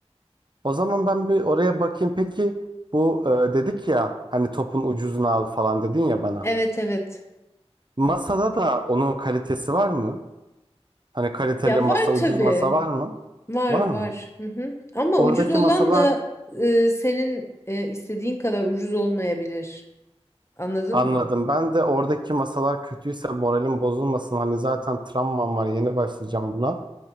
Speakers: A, on the right (about 45°); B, on the left (about 25°).
A: O zaman ben bir oraya bakayım peki bu e, dedik ya hani topun ucuzunu al falan dedin ya bana.
B: Evet evet.
A: Masada da onun kalitesi var mı? Hani kaliteli
B: Ya
A: masa
B: var
A: ucuz
B: tabii.
A: masa var mı?
B: Var
A: Var
B: var.
A: mı?
B: Hı hı. Ama ucuz
A: Oradaki
B: olan
A: masalar
B: da e, senin e, istediğin kadar ucuz olmayabilir. Anladın
A: anladım.
B: mı?
A: Ben de oradaki masalar kötüyse moralim bozulmasın. Hani zaten travmam var yeni başlayacağım buna.